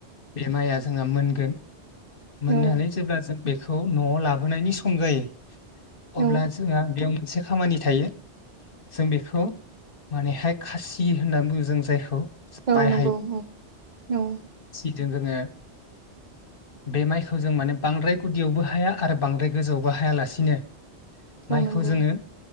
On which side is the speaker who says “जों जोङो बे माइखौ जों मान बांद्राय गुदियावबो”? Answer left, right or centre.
Left